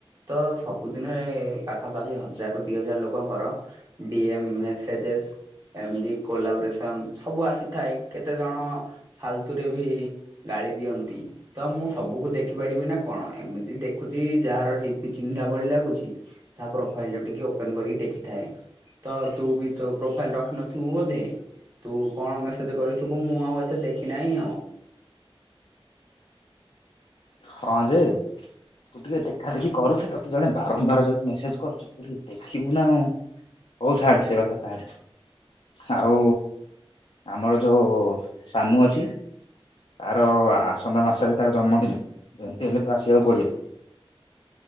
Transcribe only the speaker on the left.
ହଁ ଯେ ତୁ ଟିକେ ଦେଖା ଦେଖି କରୁଛେ ତତେ ଜଣେ ବାରମ୍ବାର ଯଦି ମେସେଜ କରୁଛି। ଦେଖିବୁ ନା ଆଉ ହଉ ଛାଡେ ସେ କଥା ଛାଡେ। ଆଉ ଆମର ଯୋଉ ସାନୁ ଅଛି ତାର ଆସନ୍ତା ମାସରେ ତାର ଜନ୍ମଦିନ। ଯେମତି ହେଲେ ତୁ ଆସିବାକୁ ପଡିବ।